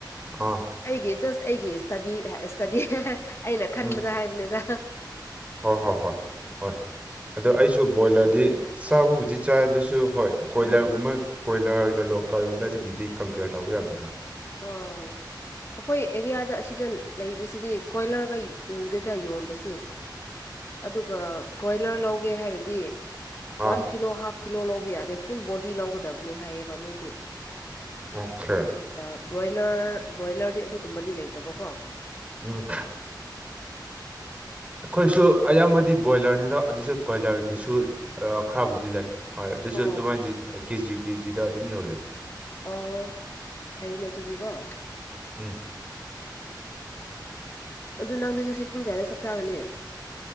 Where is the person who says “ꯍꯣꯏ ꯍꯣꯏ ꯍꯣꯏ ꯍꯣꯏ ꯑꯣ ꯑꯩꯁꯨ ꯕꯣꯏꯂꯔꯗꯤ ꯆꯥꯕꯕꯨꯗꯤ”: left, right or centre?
Right